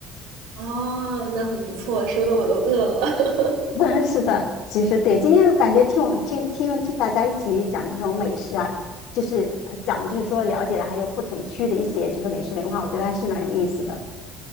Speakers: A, on the right; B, on the left.
A: 哦，那很不错，说的我都饿了。<laughs>
B: <laughs> 嗯，是的，其实对，今天感觉听我听听听大家一起讲这种美食啊，就是呃讲的就是说了解了还有不同区的一些就是美食文化，我觉得还是蛮有意思的。